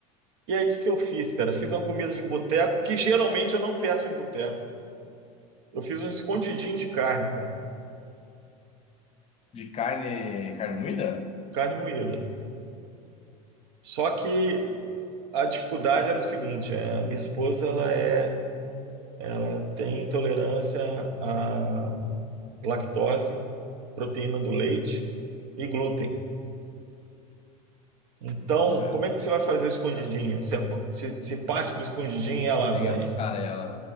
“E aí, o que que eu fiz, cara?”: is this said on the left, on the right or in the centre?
Right